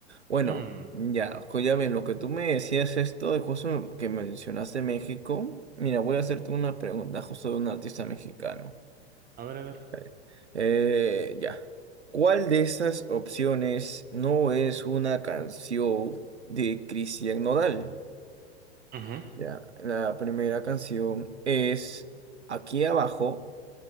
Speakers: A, on the right (about 80°); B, on the right (about 25°).
A: Bueno,
B: Mm,
A: ya, jo- ya ven, lo que tú me decías esto, de justo que mencionaste México, mira, voy a hacerte una pregunta justo de un artista mexicano.
B: A ver, a ver.
A: A ver, eh, ya. ¿Cuál de estas opciones no es una canción de Cristian Nodal?
B: Ujú.
A: Ya, la primera canción es Aquí abajo,